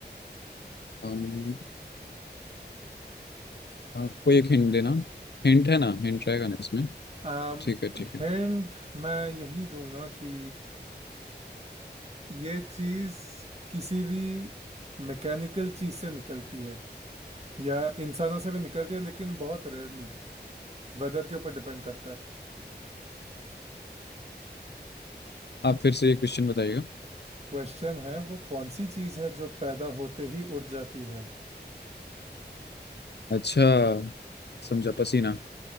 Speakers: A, on the left; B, on the right.
A: है आप कोई एक हिंट देना
B: सोच
A: हिंट है ना हिंट रहेगा ना इसमें
B: आम
A: ठीक है ठीक है
B: हिंट मैं यही दूंगा कि ये चीज किसी भी मैकेनिकल चीज से निकलती है या इंसानों से भी निकलती है लेकिन बहुत रेयरली वेदर के ऊपर डिपेंड करता है
A: आप फिर से ये क्वेश्चन बताइएगा
B: क्वेश्चन है वो कौन सी चीज है जो पैदा होते ही उड़ जाती है
A: अच्छा समझा पसीना